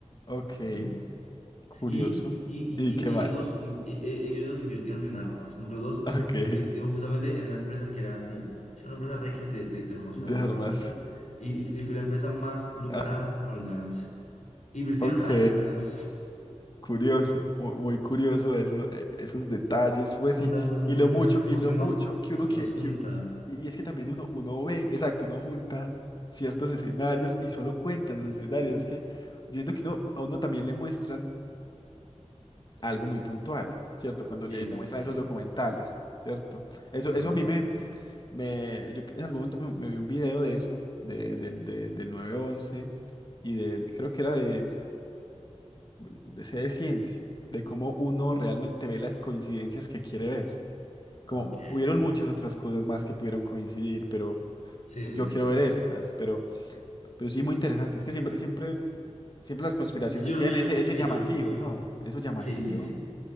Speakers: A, on the left; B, on the left.
A: Ok,
B: también.
A: curioso.
B: Y, y, y,
A: ¿Y
B: y-
A: qué más?
B: y ellos dos,
A: <laughs>
B: in- e- e- ellos dos invirtieron en armas, como que los dos
A: Ok,
B: invirtieron justamente en una empresa que era como sí, una empresa Rex de, de, de formación
A: dejar
B: armamentística
A: más.
B: y, y fue la empresa más lucrada
A: Ajá.
B: por el nueve once invirtieron
A: Ok,
B: antes del 9-11.
A: curioso, mu- muy, curioso eso, eh, esos detalles, pues
B: Son
A: y,
B: datos muy
A: y lo
B: interesantes,
A: mucho,
B: como
A: y lo
B: que uno
A: mucho que uno
B: los
A: que,
B: junta.
A: que- y es que también uno, uno ve, exacto, uno junta ciertos escenarios y solo cuenta los
B: Sí, sí,
A: escenarios. Es que viendo que uno, a uno también le muestran algo muy puntual, ¿cierto? Cuando
B: sí,
A: le, le
B: sí,
A: muestran
B: sí.
A: esos documentales, ¿cierto? Eso,
B: Ajá,
A: eso a mí me Me, yo en algún momento me, me vi un video de eso, de, del, del, del nueve once y de, creo que era de, de C de ciencia, de cómo uno realmente ve las coincidencias que quiere ver. Como
B: ok.
A: hubieron muchas otras cosas más que pudieron coincidir, pero
B: Sí, entiendo,
A: yo quiero
B: entiendo.
A: ver estas, pero, pero sí muy interesante. Es que siempre, siempre, siempre las conspiraciones
B: Sí, yo
A: tienen
B: creo que
A: ese,
B: yo, sí,
A: ese llamativo,
B: yo creo que,
A: ¿no? Eso llamativo.
B: sí, sí, sí.